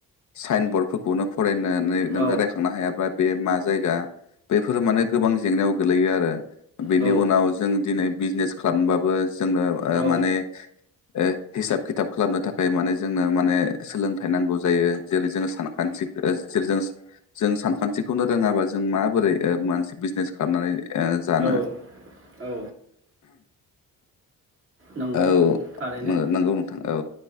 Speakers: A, on the left; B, on the right.
A: साइन बरर्ड फोरफोरखौनो फरायनानै नोङो
B: औ
A: रायखांनो हायाब्ला बे मा जायगा बेफोरो माने गोबां जेंनायाव गोलैयो आरो बेनि
B: औ
A: उनाव जों दिनै बिजनेस खालामबाबो जोंनो ओ
B: औ
A: माने ओ हिसाब खिथाब खालामनो थाखाय माने जोंनो माने सोलोंथाइ नांगौ जायो जेरै जोङो सानखान्थि जेरै जों जों सानखान्थिखौनो रोङाबा जों माबोरै मानसे बिजनेस खालामनानै जानो
B: औ औ नंगौ
A: ओ औ
B: थारैनो
A: नो नंगौ नोंथां औ